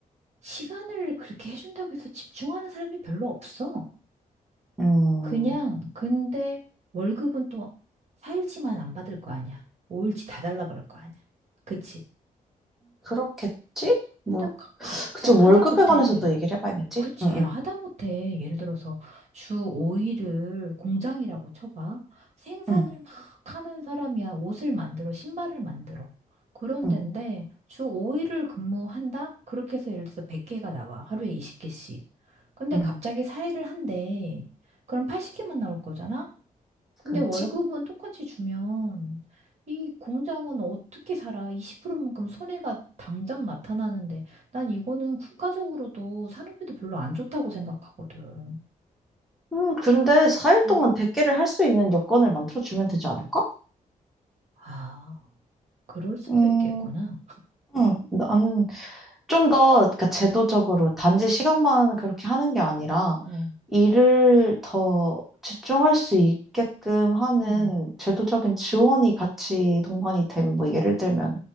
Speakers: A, on the right; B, in the centre.
A: 시간을 그렇게 해준다고 해서 집중하는 사람이 별로 없어.
B: 음,
A: 그냥, 근데 월급은 또 4일치만 안 받을 거 아니야. 5일치 다 달라 그럴 거 아니야. 그치?
B: 그렇겠지? 뭐,
A: 근데 가, 갑작
B: 그치, 월급에
A: 하다못해
B: 관해서도 얘기를 해봐야겠지?
A: 그치.
B: 응,
A: 야,
B: 응,
A: 하다못해 예를 들어서 주 5일을 공장이라고 쳐봐. 생산을
B: 응,
A: 막 하는 사람이야. 옷을 만들어, 신발을 만들어. 그런
B: 응,
A: 데인데 주 5일을 근무한다? 그렇게 해서 예를 들어서 100개가 나와. 하루에 20개씩. 근데
B: 응,
A: 갑자기 4일을 한대. 그럼 80개만 나올 거잖아? 근데
B: 그렇지?
A: 월급은 똑같이 주면 이 공장은 어떻게 살아? 20%만큼 손해가 당장 나타나는데 난 이거는 국가적으로도 산업에도 별로 안 좋다고 생각하거든.
B: 음, 근데 4일
A: 음,
B: 동안 대개를 할 수 있는 여건을 만들어주면 되지 않을까?
A: 아, 그럴 수도
B: 음,
A: 있겠구나.
B: 음, 나는 좀 더, 그러니까 제도적으로 단지 시간만 그렇게 하는 게 아니라
A: 어,
B: 일을 더 집중할 수 있게끔 하는
A: 음,
B: 제도적인 지원이 같이 동반이 되면, 뭐, 예를 들면,